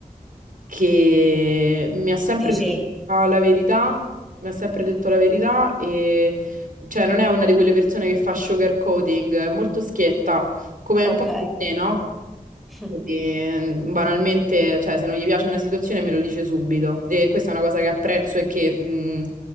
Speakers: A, on the right; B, in the centre.
A: che mi ha sempre
B: dici,
A: detto la verità, mi ha sempre detto la verità e cioè non è una di quelle persone che fa sugarcoating, è molto schietta, come
B: ok,
A: un po' di te, no?
B: <laughs>
A: Quindi, mhmm, banalmente, cioè, se non gli piace una situazione me lo dice subito. E questa è una cosa che apprezzo e che, mh,